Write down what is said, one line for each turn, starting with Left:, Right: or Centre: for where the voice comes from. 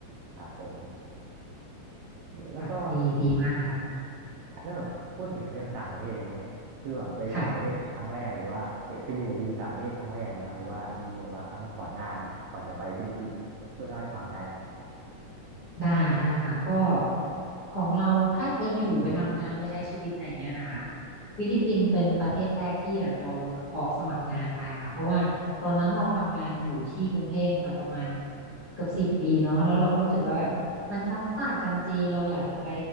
Right: ครับผมแล้วก็
Left: ค่ะ ดี ดีมากเลยค่ะ
Right: แล้วแบบพูดถึงเรื่องต่างประเทศอะไรเงี้ยคือแบบไปต่างประเทศครั้งแรกหรือว่าไปไปอยู่ไปอยู่ต่างประเทศครั้งแรกไหมครับหรือว่ามีแบบว่าครั้งก่อนหน้าก่อนจะไปฟิลิปปินส์อีกแบบช่วยเล่าให้ฟังได้ไหมครับ
Left: ค่ะ ได้ได้ค่ะก็ของเราถ้าไปอยู่ไปทำงานไปใช้ชีวิตอะไร่เงี้ยนะคะฟิลิปปินส์เป็นประเทศแรกที่แบบเราออกสมัครงานไปค่ะเพราะว่าตอนนั้นเราทำงานอยู่ที่กรุงเทพมาประมาณเกือบสิบปีเนาะแล้วเราก็รู้สึกว่าแบบมันซ้ำซากจำเจเราอยากจะไป